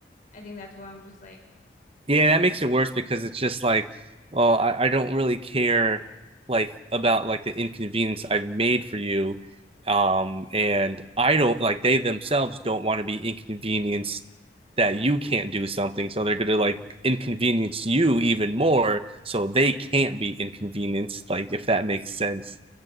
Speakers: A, on the left; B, on the right.
A: I think that's where I'm just like,
B: Yeah, that
A: mm-hmm.
B: makes it worse because it's just like, oh, I, I don't really care like about like the inconvenience I've made for you. Um, and I don't like they themselves don't want to be inconvenienced that you can't do something. So they're gonna like inconvenience you even more so they can't be inconvenienced, like if that makes sense.